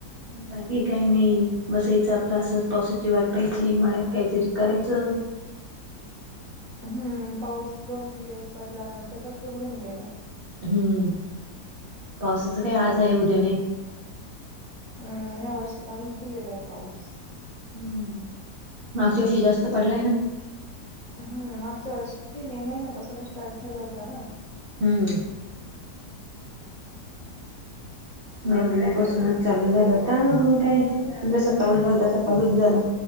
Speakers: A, on the right; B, in the centre.
A: बाकी काही नाही बसायचं आपला असं पावसाची वाट पायची मध्यात काहीतरी करायचं.
B: हम्म पाऊस दोन तीन दिवस पडला नंतर पण उघडून गेला.
A: हम्म पावसाच काय आज आहे उद्या नाही.
B: हम्म ह्या वर्षी कमीच दिलेला आहे पाऊस.
A: हम्म मागच्या दिवशी जास्त पडलाय ना.
B: हम् मागच्या वर्ष किती मे महिन्यापासून स्टार्ट झाला होता ना.
A: हम्म. मे महिन्यापासूनच चालू झालं होता अजून काही. जसं चालू झाल तस चालूच झाला.